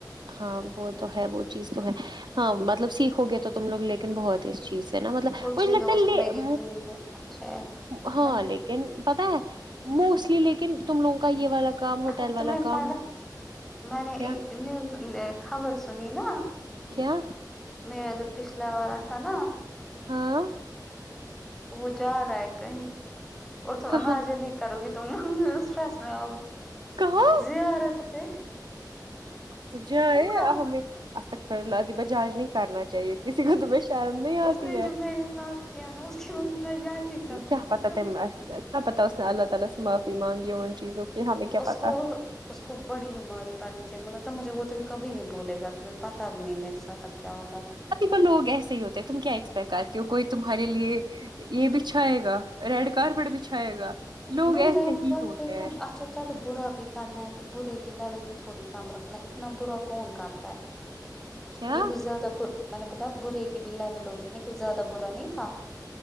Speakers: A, on the right; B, in the centre.
A: ہاں وہ تو ہے وہ چیز تم ہاں مطلب سیکھو گے تو تم لوگ لیکن بہت ہے اس چیز سے نا مطلب
B: کچھ
A: بوچھ
B: ہی دوست
A: لیتے
B: میری زندگی میں اچھے ہے
A: ہاں
B: میں نے
A: لیکن
B: وہ
A: پتا ہے موسٹلی لیکن تم لوگوں کا یہ والا کام ہوٹل
B: ارے
A: والا
B: تمہیں
A: کام
B: پ میں نے
A: کیا
B: ایک نیوز خبر سنی نا
A: <inaudible>
B: میرا جو پچھلا والا تھا نا
A: ہاں
B: وہ جا رہا ہے کہیں اور تم
A: کہاں
B: امیجن نہیں کرو گی تم اسٹریس میں آؤ گی
A: کہاں
B: زیا آ رہت پہ
A: سجا ہے
B: عمرہ
A: ہمیں اج تک فرلہد بجاج نہیں کرنا چاہیے کسی کو تو شرم نہیں آتی
B: اس نے
A: ہے
B: جب میرے ساتھ کیا نا اس کے بعد میں جج ہی کروں
A: کیا
B: گی تم
A: پت نہ پت اس نے اللہ تعی سے معافی مانگی ہے ان چیزوں کی ہمیں کیا
B: اس
A: پتا
B: کو اس کو بڑی بیماری پڑنی چاہی م سب مجھے وہ دن کبھی نہیں بھول گا تومیں پتا بھی نہیں میرے سے تک کیا ہوگا
A: ابھی ب لوگ ایسے ہی ہوتے ہیں تم کیا ایکسپیکٹ کرتی ہو کوئی تمہارے لیے یہ بچھائے گا ریڈ کارپیٹ بچ چھائے گا لوگ
B: نئی
A: ایسے
B: رینت
A: ہی ہوتے
B: پچھ
A: ہیں
B: چلو برا بھی کرنا ہے تو برے کی لیول بھی تھوڑی کم رکھونا اتنا برا کون کرتا ہے
A: کیا
B: یہ کچھ زیادہ ب میں نے بولا برے کی بھی لیول ہوتی نہیں کچھ زیادہ برا نہیں تھا